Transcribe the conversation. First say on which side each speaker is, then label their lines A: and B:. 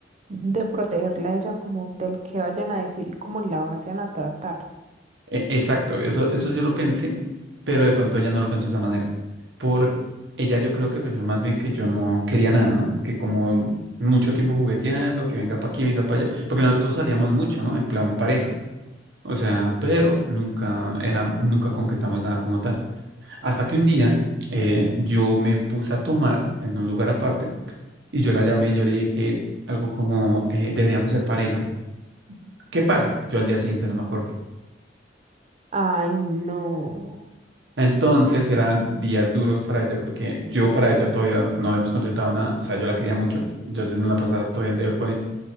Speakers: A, on the right; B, on the right.
A: de protegerla a ella como del que vayan a decir y cómo la vayan a tratar.
B: E- exacto, eso, eso yo lo pensé, pero de pronto ella no lo pensó de esa manera. Por ella yo creo que pensó más bien que yo no quería nada, ¿no? Que como mucho tiempo jugueteando, que venga para aquí, venga para allá, porque nosotros salíamos mucho, ¿no? En plan pareja. O sea, pero nunca era, nunca concretamos nada como tal. Hasta que un día eh, yo me puse a tomar en un lugar aparte y yo la llamé y yo le dije algo como, eh, deberíamos ser pareja. ¿Qué pasa? Yo al día siguiente no me acuerdo.
A: Ay, no.
B: Entonces eran días duros para ella porque yo para ella todavía no habíamos contratado nada, o sea, yo la quería mucho, yo me la pasaba todavía de- con ella,